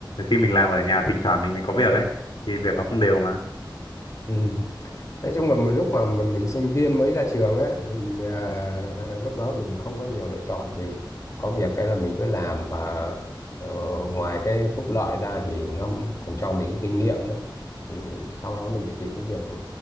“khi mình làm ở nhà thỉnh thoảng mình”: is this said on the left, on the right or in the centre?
Left